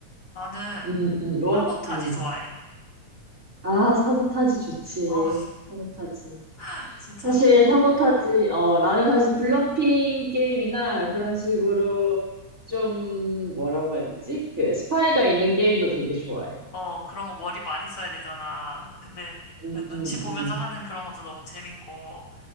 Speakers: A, on the left; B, on the right.
A: 나는
B: 음, 음, 넌,
A: 사보타지
B: 음.
A: 좋아해.
B: 아, 사보타지 좋지.
A: 어,
B: 사보타지.
A: <laughs> 진짜.
B: 사실 사보타지, 어, 나는 사실 블러핑 게임이나 그런 식으로 좀 뭐라고 해야 되지? 그 스파이가 있는 게임도 되게 좋아해.
A: 어, 그런 거 머리 많이 써야 되잖아. 근데
B: 음,
A: 그 눈치
B: 음,
A: 보면서
B: 음.
A: 하는 그런 것도 너무 재밌고,